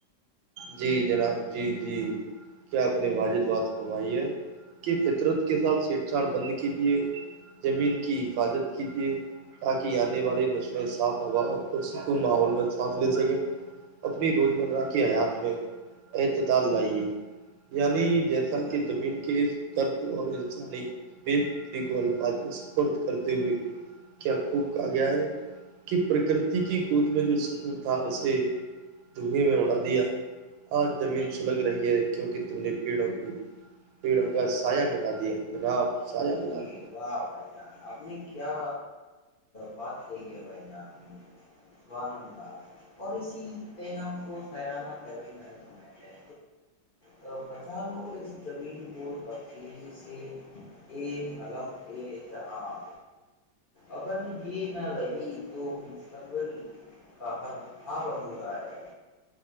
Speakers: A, on the right; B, on the left.
A: جی جناب جی جی کیا آپ نے واجد بات فمائی ہے کی فطرت کے سھ چھیڑھاڑ بند کر کے لیے زمین کی حفاظت کیجیے تاکہ آنے والی نسلیں صاف ہوا پر سکون ماحول میں سانس لے سکیں اپنی روزمرہ کی حیات اعتال لائیے یعنی
B: ہے
A: جیسا
B: جی بھائی
A: کہ زمین کے درد اور انسانی بے فکری کو الفاظ سد کرتے ہوئے کیا خوب کہا گیا ہے کہ پرکرتی کی گود میں جو سکون تھا اسے دھیں میں اڑا دیا آج زمین سلگ رہی ہے کیونکہ تم نے پیڑوں کا سایہ مٹا دیا جناب سایا مٹا
B: جی
A: دیا
B: واہ بھ جان ابھی کیا بات کہی ہے بھائی جان سبانندا اور اسی پیغام کو سہرانہ پیرن میں سمج ہے تو بچا لو اس زمین کو تفصیلی سے ایک قلم ا جہاں اگر یہ نہ رہی تو مستقبل کا ہر بھا ادھورا ہے